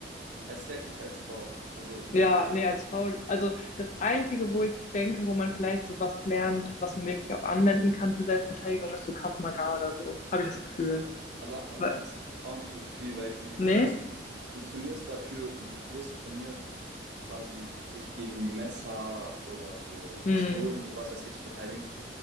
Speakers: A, on the right; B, on the left.
A: erst recht nicht als Frau. Also,
B: Ja, nee, als Frau, also das Einzige, wo ich denke, wo man vielleicht sowas lernt, was man wirklich auch anwenden kann für Selbstverteidigung, ist so Krav Maga oder so, habe ich das Gefühl.
A: aber, aber
B: Weil,
A: das ist auch nicht wirklich viel, weil die,
B: nee?
A: weißt du, du trainierst dafür, du, du wirst trainiert, quasi dich gegen Messer oder so
B: Hm,
A: Pistolen oder was weiß ich zu verteidigen.